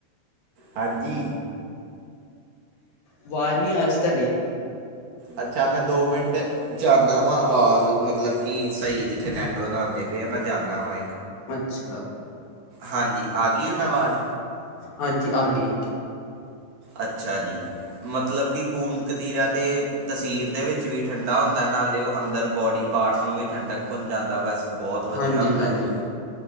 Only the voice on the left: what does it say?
ਆਵਾਜ ਨੀ ਆ ਰਹੀ ਸੀ ਤੁਹਾਡੀ।
ਅੱਛਾ।
ਹਾਂਜੀ, ਆ ਗਈ।
ਹਾਂਜੀ
ਹਾਂਜੀ